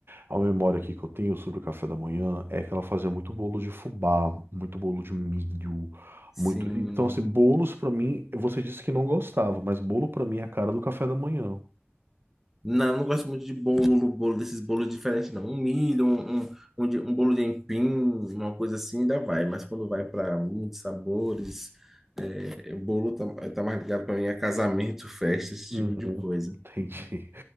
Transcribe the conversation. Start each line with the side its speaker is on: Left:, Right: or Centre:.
Right: A memória aqui que eu tenho sobre o café da manhã é que ela fazia muito bolo de fubá, muito bolo de milho,
Centre: Sim.
Right: muito. Então, assim, bolos pra mim, você disse que não gostava, mas bolo pra mim é a cara do café da manhã.
Centre: Não, não gosto muito de bolo, bolo desses bolos diferentes, não. Um milho, um, um, um de- um bolo de empim, uma coisa assim, ainda vai. Mas quando vai para muitos sabores, é, bolo tá, tá mais ligado para mim a casamento, <laughs> festa, esse
Right: Uhum,
Centre: tipo de coisa.
Right: entendi.